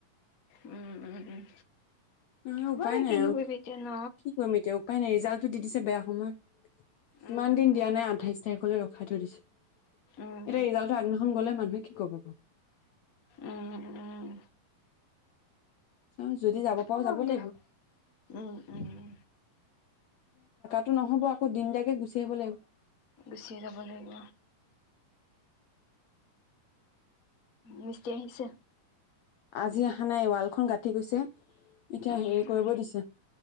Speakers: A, on the left; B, on the left.
A: উম উম উম
B: নহয়
A: হ'ব
B: উপায়
A: দে
B: নাই
A: কিনো
B: আৰু
A: কৰিবি
B: কি
A: এতিয়া ন
B: কৰিম এতিয়া উপায় নাই ৰিজাল্টটো দি দিছে বেয়া সময়
A: উম
B: ইমান দিন
A: উম
B: দিয়া নাই আঠাইশ তাৰিখলৈ ৰখাই থৈ দিছে
A: উম
B: এতিয়া ৰিজাল্টটো আগনিখন গলে মানুহে ক'ব ক
A: উম উম
B: চাওঁ যদি যাব পাৰো
A: অ
B: যাব
A: দে
B: লাগিব
A: উম উম উ
B: টো নহ'ব আকৌ দিনটাকে গুচি আহিব লাগিব
A: গুচিয়ে যাব লাগিব মিছটি আহিছে
B: আজি অহা নাই ৱালখন গাঁঠি গৈছে এতিয়া
A: উম
B: হেৰি কৰিব
A: উম
B: দিছে